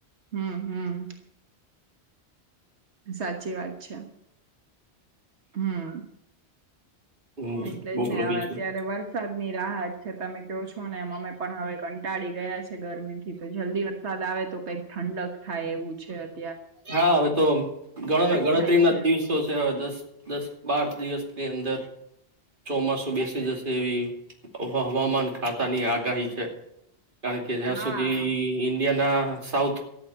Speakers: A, on the right; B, on the right.
A: હમ હમ. સાચી વાત છે. હમ.
B: હમ
A: એટલે
B: બોલો
A: જ ને, હવે
B: બીજું
A: અત્યારે વરસાદ ની રાહત છે, તમે ક્યો છો ને એમ અમે પણ હવે કંટાળી ગયા છે ગરમી થી તો, જલ્દી વરસાદ આવે તો કંઈક ઠંડક થાય એવું છે અ
B: હા, હવે તો ગણો ને ગણતરીના
A: થાય છે
B: જ દિવસો છે, હવે દસ દસ બાર દિવસની અંદર ચોમાસું બેસી જશે એવી હવામાન ખાતાની આગ ગાહી છે, કારણ કે જ્યાં
A: હા
B: સુધી ઇન્ડિયાના સાઉથ